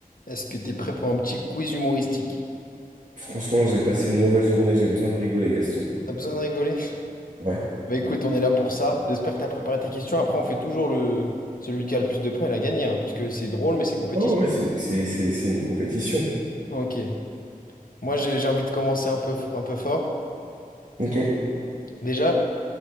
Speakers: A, on the left; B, on the right.
A: Est-ce que t'es prêt pour un petit quiz humoristique?
B: Franchement, j'ai passé une mauvaise journée, j'ai besoin de rigoler, Gaston.
A: T'as besoin de rigoler?
B: Ouais.
A: Bah écoute, on est là pour ça. J'espère que t'as préparé tes questions. Après, on fait toujours le celui qui a le plus de points, il a gagné, hein, parce que c'est drôle, mais c'est compétitif.
B: Oh ouais, c'est une, c'est, c'est, c'est une compétition.
A: Ok. Moi, j'ai j'ai envie de commencer un peu, un peu fort.
B: Ok.
A: Déjà,